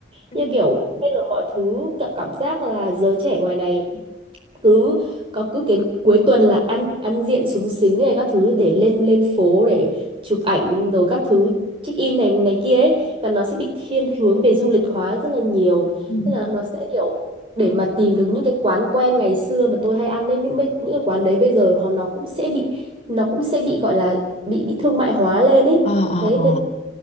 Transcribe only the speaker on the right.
như kiểu bây giờ mọi thứ cả- cảm giác là giới trẻ ngoài này cứ có cứ kiến cuối tuần là ăn ăn diện súng xính này các thứ để lên lên phố để chụp ảnh rồi các thứ check in này này kia ấy và nó sẽ bị thiên hướng về du lịch hóa rất là nhiều
tức là nó sẽ kiểu để mà tìm được những cái quán quen ngày xưa mà tôi hay ăn ấy những bê- những cái quán đấy bây giờ họ nó cũng sẽ bị nó cũng sẽ bị gọi là bị bị thương mại hóa lên ấy
thế